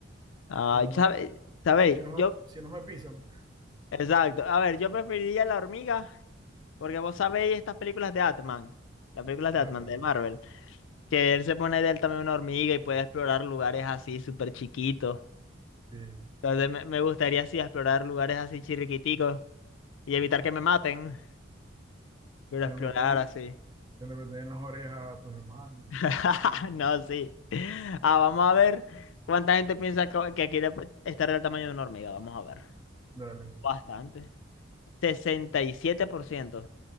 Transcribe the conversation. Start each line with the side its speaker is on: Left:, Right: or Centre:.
Left: Ay,
Right: Sí, no me,
Left: sabe- sabéis,
Right: Si no
Left: yo,
Right: me, si no me pisan.
Left: exacto. A ver, yo preferiría la hormiga porque vos sabéis estas películas de Atman, las películas
Right: Ah,
Left: de Atman
Right: claro.
Left: de Marvel, que él se pone de él también una hormiga y puede explorar lugares así súper chiquitos.
Right: Sí,
Left: Entonces me, me gustaría así explorar lugares así chirriquiticos y evitar
Right: sí.
Left: que me maten, pero
Right: Se
Left: explorar
Right: le mete ahí,
Left: así.
Right: se le mete ahí en las orejas a tus hermanos.
Left: <laughs> No, sí. Ah, vamos a ver cuánta gente piensa co- que quiere estar del tamaño de una hormiga. Vamos a ver.
Right: Dale.
Left: Bastante. 67%. Y siete por ciento.